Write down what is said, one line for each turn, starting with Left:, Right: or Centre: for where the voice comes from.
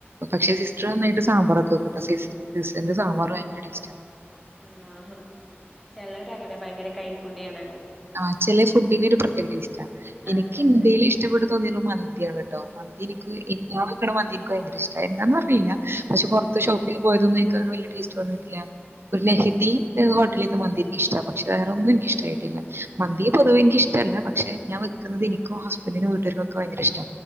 Right: പക്ഷെ
Centre: അതെ
Right: സിസ്റ്റർന്നായി സാമ്പാറൊക്കെ വെയ്ക്കുട്ടോ. സിസ്റ്ററിന്റെ സാമ്പാറ് ഭയങ്കര ടേസ്റ്റാ.
Centre: ആണോ ഹ ചിലവരങ്ങനെയാ ഭയങ്കര കൈപ്പുണ്യാണല്ലോ.
Right: ആ ചില ഫുഡിന് ഒരു പ്രത്യേക ടേസ്റ്റാ. എനിക്ക്
Centre: ആഹ് അതെ
Right: ഇന്ത്യയിൽ
Centre: അതെ
Right: ഇഷ്ടപ്പെട്ടു തോന്നിയത് മന്തിയാണ് <inaudible> മന്തി എനിക്ക് <inaudible> വെക്കണ മന്തിയുണ്ട് ഭയങ്കര ഇഷ്ട എന്താന്നറിയില്ല പക്ഷെ പുറത്ത് ഷോപ്പിൽ പോയതൊന്നും എനിക്ക് വലിയ ടേസ്റ്റ് വന്നിട്ടില്ല ഒരു ലെഹദി ഹോട്ടലിന്ന് മന്തി എനിക്കിഷ്ടാ പക്ഷെ വേറൊന്നും എനിക്ക് ഇഷ്ടമായിട്ടില്ല മന്തി പൊതുവെ എനിക്ക് ഇഷ്ടമല്ല പക്ഷെ ഞാൻ വെക്കുന്നത് എനിക്കോ ഹസ്ബൻഡിനും വീട്ടുകാർക്കും ഒക്കെ ഭയങ്കര ഇഷ്ട